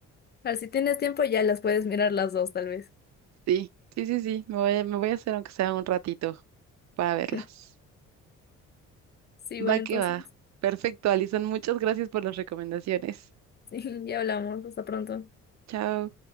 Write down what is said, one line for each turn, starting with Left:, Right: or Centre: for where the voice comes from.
Left: A ver, si tienes tiempo ya las puedes mirar las dos, tal vez.
Right: Sí, sí, sí, sí, me voy, a- me voy a hacer aunque sea un ratito para verlas.
Left: <laughs> Sí, bueno,
Right: Va
Left: entonces,
Right: que va. Perfecto, Alison. Muchas gracias por las recomendaciones.
Left: <laughs> sí, ya hablamos. Hasta pronto.
Right: Chao.